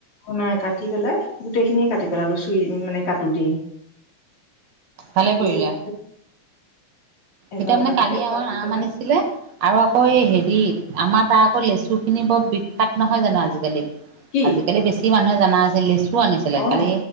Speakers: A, on the left; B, on the right.
A: নাই কাটি পেলাই গোটেইখিনিয়ে কাটি পেলালো চুই মানে কাটোতেই
B: ভালে
A: কাটি
B: কৰিলে
A: পেলাই এবাৰ
B: এতিয়া মানে
A: কাটোতে
B: কালি আমা
A: কাটি
B: শৰ
A: পেলাই
B: আম আনিছে ছিলে আৰু আকৌ এই হেৰি আমাৰ তাৰ আকৌ লেচু খিনি বৰ বিখ্যাত নহয় জানো আজিকালি
A: কি
B: আজিকালি বেছি মানুহে জানা আছিল লেচু আনিছিলে
A: অ
B: কালি